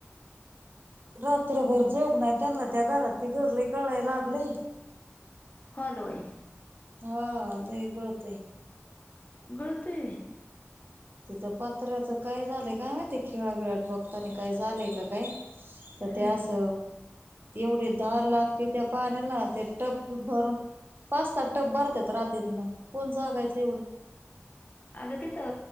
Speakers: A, on the right; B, on the left.
A: रात्रभर झोप ग नाही त्यांना त्या घरात ती गरली कळाय लागले.
B: हलो भाई.
A: हा ल गळतय
B: गळते.
A: तिथं पत्र्याचं काय झालंय का ते खेळाबिळा ठोकताना काय झालंय का काय तर
B: हं
A: त्यास एवढी धार लागते त्या पाण्याला ते टप भरून पाचतात टप भर रात्रीत ना कोण जागायचं एवढं
B: अगं ते तर